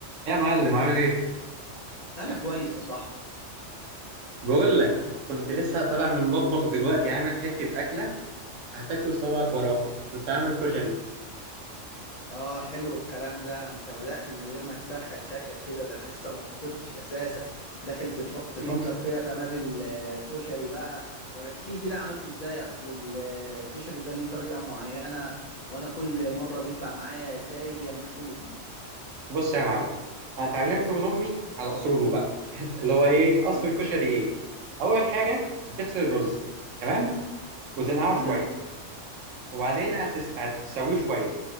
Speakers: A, on the right; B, on the left.
A: يا معلم عامل ايه؟
B: انا كويس يا صاحبي
A: بقول لك كنت لسه طالع من المطبخ دلوقتي عامل حتة أكلة هتاكل صبعك وراها كنت عامل كشري
B: اه حلو الكلام ده انت بدأت من غير ما تسخن شكلك كده ده انا لسه ما فطرتش اساسا داخل تف... تفجر
A: <laughs>
B: فيا قنابل آه، كشري بقى طب احكي لي كده عملته ازاي اصل ال- آه، الكشري ده ليه طريقة معينة وانا كل مرة بيطلع معايا يا سايب يا مكتوم
A: بص يا معلم أنا اتعلمته من أمي على أصوله بقى اللي هو ايه أصل
B: امم
A: الكشري ايه؟ أول حاجة بتغسل الرز تمام؟ وتنقعه شوية
B: امم
A: وبعدين هتس... هتسويه شوية